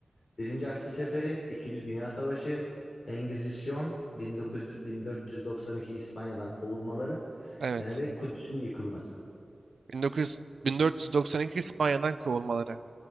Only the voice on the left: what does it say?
Birinci Haçlı Seferi, İkinci Dünya Savaşı, Engizisyon, 1900 1492 İspanya'dan kovulmaları
e, ve Kudüs'ün yıkılması.